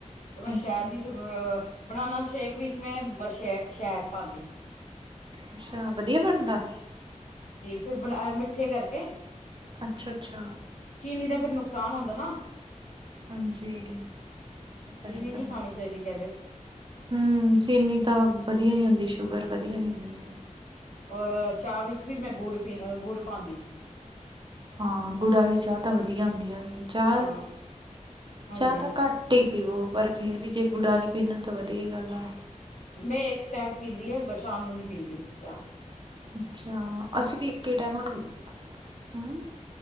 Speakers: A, on the left (about 70°); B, on the right (about 40°).
A: ਮੈਂ
B: ਅੱਛਾ
A: ਸ਼ਾਇਦ ਹੀ ਫਿਰ। ਬਨਾਨਾ ਸ਼ੇਕ ਵਿੱਚ ਮੈਂ ਸ਼ ਸ਼ਹਿਦ ਪਾਉਂਦੀ ਸੀ।
B: ਅੱਛਾ ਵਧੀਆ ਬਣਦਾ।
A: ਫ ਬਣਾ ਮਿੱਠੇ ਕਰਕੇ,
B: ਅੱਛਾ-ਅੱਛਾ,
A: ਨੀ ਦਾ ਫਿਰ ਨੁਕਸਾਨ ਹੁੰਦਾ ਨਾ,
B: ਹਾਂਜੀ ਉਹ ਤਾਂ
A: ਚੀਨੀ
B: ਹੈਗਾ
A: ਨਹੀਂ ਖਾਣੀ ਚਾਹੀਦੀ ਕਹਿੰਦੇ,
B: ਹੂੰ, ਚੀਨੀ ਤਾਂ ਵਧੀਆ ਨੀ ਹੁੰਦੀ ਸ਼ੂਗਰ ਵਧੀਆ
A: ਹਾਂ
B: ਨੀ ਹੁੰਦੀ।
A: ਔਰ ਚਾਹ ਵਿੱਚ ਵੀ ਮੈਂ ਗੁੜ ਪੀ ਗੁੜ ਪਾਦੀ।
B: ਹਾਂ ਗੁਡਾ ਆਲੀ ਚਾਹ ਤਾਂ ਵਧੀਆ ਹੁੰਦੀ ਹੈ ਚਾਹ
A: ਹਾਂ ਹਾਂਜੀ
B: ਚਾਹ ਤਾਂ ਘੱਟ ਹੀ, ਪੀਵੋ ਪਰ ਫੇਰ ਵੀ ਜੇ ਗੁਡਾਲੀ ਪੀਣਾ ਤਾਂ ਵਧੀਆ ਗੱਲ ਆ,
A: ਮੈਂ ਇੱਕ ਟਾਈਮ ਪੀਂਦੀ ਹੈ ਸ਼ਾਮ ਨੂੰ ਨੀ ਪੀਂਦੀ ਚਾਹ,
B: ਅੱਛਾ, ਅਸੀਂ ਵੀ ਇੱਕ ਟਾਈਮ ਹੁਣ ਹੂੰ,